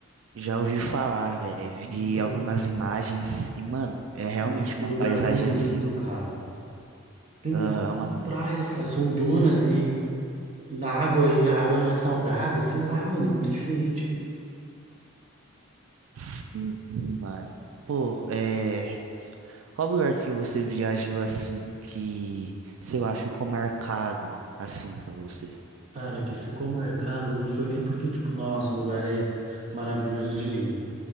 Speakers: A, on the right; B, on the right.
A: já ouvi falar, velho.
B: Então,
A: Vi algumas imagens e, mano, é realmente
B: mano, que
A: uma
B: lugar
A: paisagem
B: bonito,
A: assim,
B: cara. Pensa,
A: aham, uma.
B: as praias, cara, são dunas e na água e a água não é salgada, sei lá, mano, é muito diferente.
A: Sim, mano. Pô, é. Qual lugar que você viajou assim que, sei lá, ficou marcado assim pra você?
B: Cara, que ficou marcado não foi nem porque, tipo, nossa, o lugar é maravilhoso de lindo.